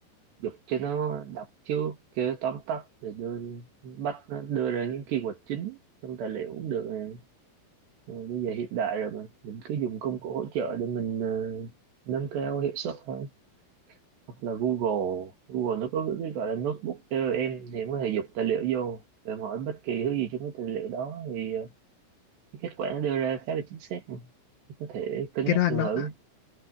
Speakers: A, on the right; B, on the left.
A: giục cho nó đọc trước kêu nó tóm tắt rồi đưa bắt nó đưa ra những keyword chính trong tài liệu cũng được này rồi bây giờ hiện đại rồi mà mình cứ dùng công cụ hỗ trợ để mình ờ, nâng cao hiệu suất thôi hoặc là Google Google nó có cái gọi là notebook cho em thì em có thể dục tài liệu vô và em hỏi bất kỳ thứ gì trong cái tài liệu đó thì ờ, cái kết quả nó đưa ra khá là chính xác mà. Em có thể cân
B: cái
A: nhắc
B: đó anh
A: dùng
B: nói
A: thử